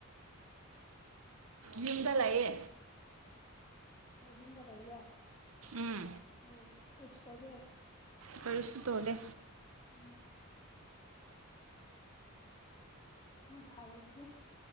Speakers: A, on the right; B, on the left.
A: ꯌꯨꯝꯕ ꯂꯌꯦ
B: ꯌꯨꯝꯗ ꯂꯩꯕ꯭ꯔꯥ
A: ꯎꯝ
B: ꯑꯣ ꯀꯩꯁꯨ ꯇꯧꯗꯦ
A: ꯀꯔꯤꯁꯨ ꯇꯧꯗꯦ
B: ꯎꯝ ꯎ ꯐꯔꯦ ꯑꯗꯨꯗꯤ